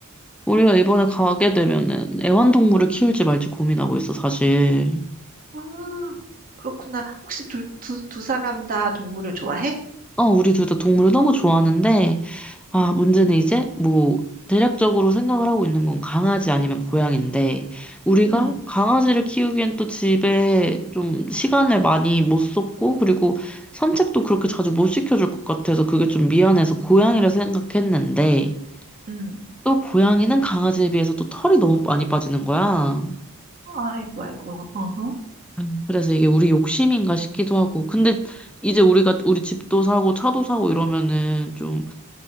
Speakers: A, in the centre; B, on the right (about 40°).
A: 우리가 이번에 가게 되면은 애완동물을 키울지 말지 고민하고 있어 사실.
B: 아, 그렇구나. 혹시 두, 두, 두 사람 다 동물을 좋아해?
A: 어, 우리 둘 다 동물을 너무 좋아하는데, 아,
B: 응
A: 문제는 이제, 뭐, 대략적으로 생각을 하고 있는 건 강아지 아니면 고양인데, 우리가
B: 응
A: 강아지를 키우기엔 또 집에 좀 시간을 많이 못 썼고, 그리고 산책도 그렇게 자주 못 시켜줄 것 같아서 그게 좀 미안해서 고양이를 생각했는데,
B: 응
A: 또 고양이는 강아지에 비해서 또 털이 너무 많이 빠지는 거야.
B: 아이고, 아이고. 어허.
A: 음, 그래서 이게 우리 욕심인가 싶기도 하고. 근데 이제 우리가 우리 집도 사고 차도 사고 이러면은 좀